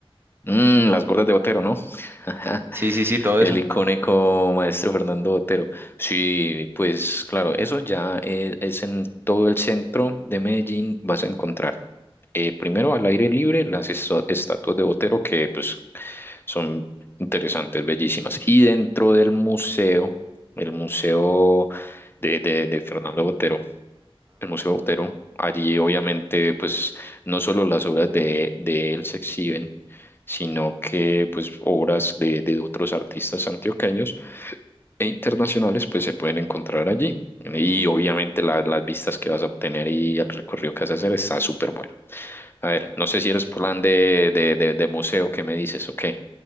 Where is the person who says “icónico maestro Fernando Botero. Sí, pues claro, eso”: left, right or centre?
Left